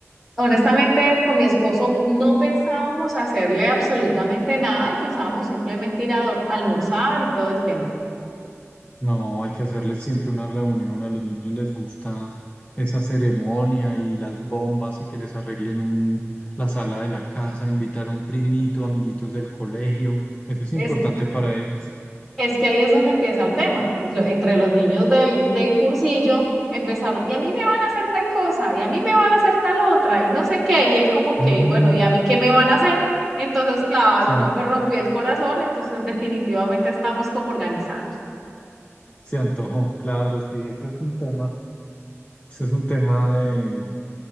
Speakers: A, in the centre; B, on the left (about 30°).
A: Honestamente, con mi esposo no pensábamos hacerle absolutamente nada y pensábamos simplemente ir a dor- almorzar y todo el tema.
B: No, hay que hacerles siempre una reunión. A los niños les gusta esa ceremonia y las bombas y que les arreglen un, la sala de la casa, invitar a un primito, amiguitos del colegio. Eso es
A: Es,
B: importante para ellos.
A: es que ahí es donde empieza el tema. Lo- entre los niños del, del cursillo empezaron, y a mí me van a hacer tal cosa, y a mí me van a hacer tal otra, y no sé qué, y él como que,
B: Mm,
A: bueno, ¿y a mí qué me van a hacer? Entonces, claro,
B: se,
A: no,
B: an-
A: me rompió el corazón, entonces definitivamente estamos como organizando.
B: se antojó, claro, sí, ese es un tema. Ese es un tema de.